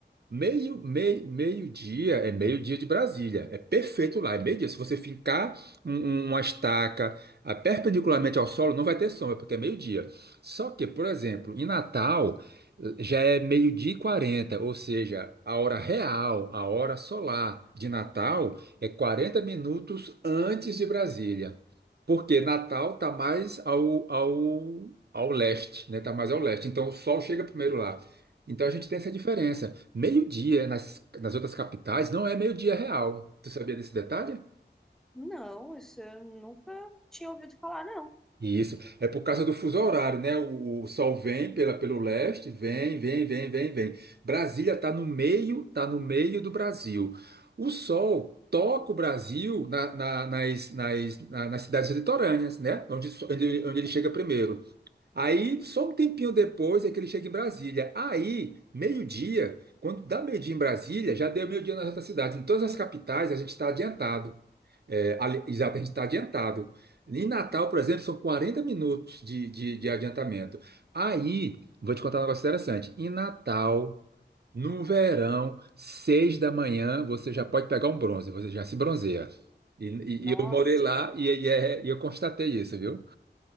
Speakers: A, on the right (about 60°); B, in the centre.
A: Meio, meio, meio-dia é meio-dia de Brasília. É perfeito lá, é meio-dia. Se você fincar um- um- uma estaca ah, perpendicularmente ao solo, não vai ter sombra, porque é meio-dia. Só que, por exemplo, em Natal eh, já é meio-dia e 40, ou seja, a hora real, a hora solar de Natal é 40 minutos antes de Brasília. Porque Natal está mais ao, ao, ao leste, né? Está mais ao leste. Então o sol chega primeiro lá. Então a gente tem essa diferença. Meio-dia nas, nas outras capitais não é meio-dia real. Tu sabia desse detalhe?
B: Não, isso eu nunca tinha ouvido falar, não.
A: Isso. É por causa do fuso horário, né? O, o sol vem pela, pelo leste, vem, vem, vem, vem, vem. Brasília tá no meio, tá no meio do Brasil. O sol toca o Brasil na- na- nas, nas, na- nas cidades litorâneas, né? Onde, so- onde, onde ele chega primeiro. Aí, só um tempinho depois é que ele chega em Brasília. Aí, meio-dia, quando dá meio-dia em Brasília, já deu meio-dia nas outras cidades. Em todas as capitais, a gente está adiantado. É, ali- exato, a gente está adiantado. Em Natal, por exemplo, são 40 minutos de, de, de adiantamento. Aí, vou te contar um negócio interessante. Em Natal, no verão, seis da manhã, você já pode pegar um bronze, você já se bronzeia. E, e-
B: Nossa,
A: e eu morei lá e, e é- e eu constatei isso, viu?